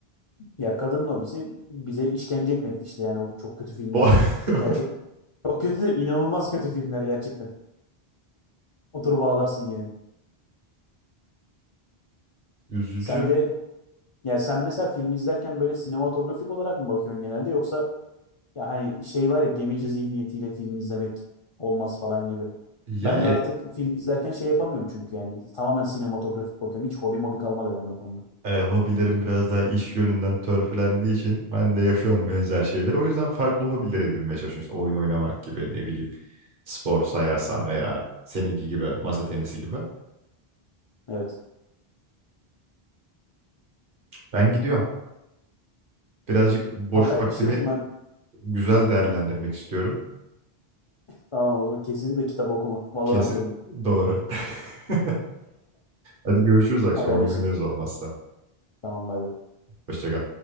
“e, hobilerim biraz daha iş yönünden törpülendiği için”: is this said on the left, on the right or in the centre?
Right